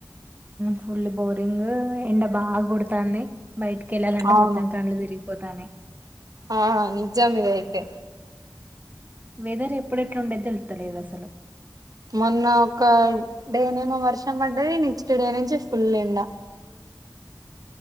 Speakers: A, on the right; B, on the right.
A: ఫుల్ బోరింగ్ ఎండ బాగా కొడుతాంది బయటికి వెళ్ళాలంటే
B: అవును
A: మొత్తం కన్లు తిరిగు పొతానే
B: ఆ నిజాం ఇది అయితే
A: వెదర్ ఎప్పుడెట్లాండేది తెలుతలేదు అసలు
B: మొన్న ఒక డేనేమో వర్షం పడ్డది నెక్స్ట్ డే నుంచి ఫుల్ ఎండా